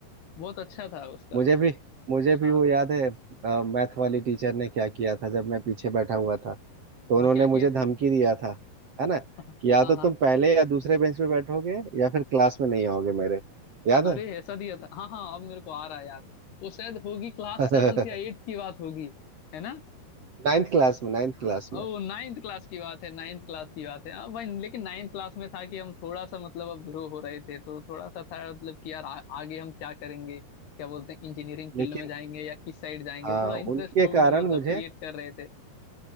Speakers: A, on the left (about 85°); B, on the right (about 40°).
A: बहुत अच्छा था उसका
B: मुझे भी मुझे भी
A: हाँ।
B: वो याद है मैथ वाली टीचर ने क्या किया था जब मैं पीछे बैठा हुआ था तो
A: हाँ
B: उन्होंने
A: क्या
B: मुझे
A: किया
B: धमकी
A: था
B: दिया था है ना कि
A: हाँ
B: या तो
A: हाँ
B: तुम पहले या दूसरे बेंच पे बैठोगे या फिर क्लास में नहीं आओगे मेरे याद है
A: अरे ऐसा दिया था हाँ हाँ अब मेरे को आ रहा है यार वो शायद होगी क्लास
B: <laughs>
A: सेवन्थ या एट्थ की बात होगी है ना
B: नाइन्थ क्लास में नाइन्थ क्लास में
A: ओ नाइन्थ क्लास की बात है नाइन्थ क्लास की बात है हाँ भाई लेकिन नाइन्थ क्लास में था कि हम थोड़ा सा मतलब अब ग्रो हो रहे थे तो थोड़ा सा था मतलब कि यार आ, आगे हम क्या करेंगे क्या बोलते हैं इंजीनियरिंग
B: लेकिन
A: फील्ड में जाएंगे या किस साइड जाएंगे
B: हाँ
A: थोड़ा इंटरेस्ट
B: उनके
A: को भी
B: कारण
A: हम मतलब
B: मुझे
A: क्रिएट कर रहे थे